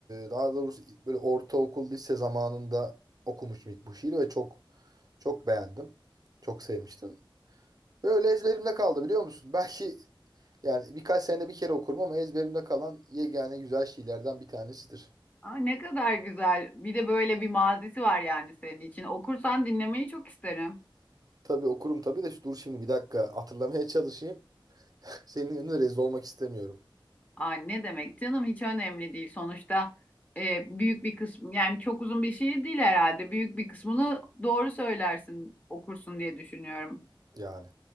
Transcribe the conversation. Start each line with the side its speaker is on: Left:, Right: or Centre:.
Right: daha doğrusu böyle ortaokul, lise zamanında okumuştum ilk bu şiiri ve çok çok beğendim. Çok sevmiştim. Böyle ezberimde kaldı biliyor musun? Belki yani birkaç senede bir kere okurum ama ezberimde kalan yegane güzel şiirlerden bir tanesidir.
Left: Aa, ne kadar güzel. Bir de böyle bir mazisi var yani senin için. Okursan dinlemeyi çok isterim.
Right: Tabii okurum tabii de şu- dur şimdi bir dakika hatırlamaya çalışayım. Senin önünde rezil olmak istemiyorum
Left: Aa, ne demek canım hiç önemli değil. Sonuçta e, büyük bir kısmı yani çok uzun bir şiir değil herhalde. Büyük bir kısmını doğru söylersin okursun diye düşünüyorum.
Right: yani.